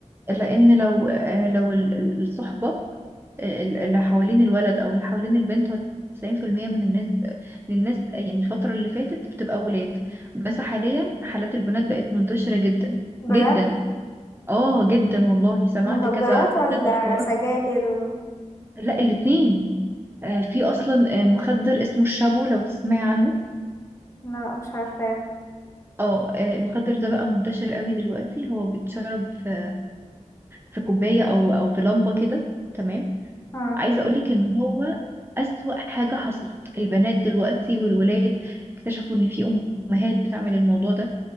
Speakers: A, on the right; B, on the left.
A: لان لو آه، لو ال- ال- الصحبه آه، اللي حوالين الولد او اللي حوالين البنت هو 90% من الناس من الناس يعني الفتره اللي فاتت بتبقى ولاد بس حاليا حالات البنات بقت منتشره جدا
B: بجد
A: جدا اه جدا والله سمعت
B: مخدرات
A: كذا
B: ولا
A: كذا اخبار
B: سجاير و...
A: لا الاتنين آه، في اصلا آه، مخدر اسمه الشابو لو تسمعي عنه
B: لا مش عارفه
A: اه آه، المخدر ده بقى منتشر قوي دلوقتي هو بيتشرب في في كوباية او او في لمبة كده تمام
B: اه
A: عايزة اقولك ان هو اسوأ حاجة حصلت البنات دلوقتي والولاد اكتشفوا ان في امهات بتعمل الموضوع ده